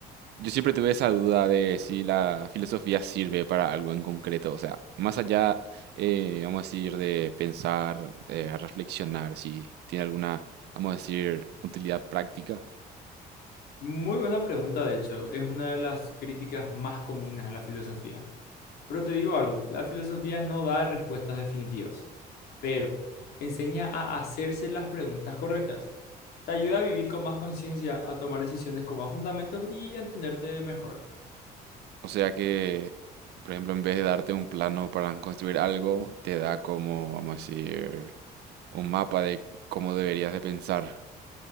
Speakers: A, on the right; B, on the left.
A: Yo siempre tuve esa duda de si la filosofía sirve para algo en concreto. O sea, más allá, eh, vamos a decir, de pensar, eh, reflexionar, si tiene alguna, vamos a decir, utilidad práctica.
B: Muy buena pregunta, de hecho, es una de las críticas más comunes a la filosofía. Pero te digo algo, la filosofía no da respuestas definitivas, pero enseña a hacerse las preguntas correctas. Te ayuda a vivir con más conciencia, a tomar decisiones con más fundamentos y a entenderte mejor.
A: O sea que, por ejemplo, en vez de darte un plano para construir algo, te da como, vamos a decir, un mapa de cómo deberías de pensar.